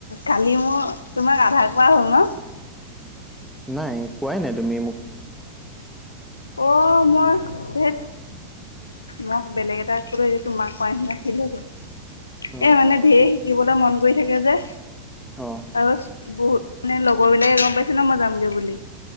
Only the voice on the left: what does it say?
কালি মোৰ তোমাক আধা কোৱা হ'ল ন?
অ, মই ধেত মোক বেলেগ এটা ক যে তোমাক কোৱা নিচিনা ফিল হৈ গ'ল
এ মানে ধেৰ শিকিবলৈ মন কৰি থাকে যে
আৰু বহুত মানে লগৰ বিলাকে গম পাইছে ন মই যামগে বুলি।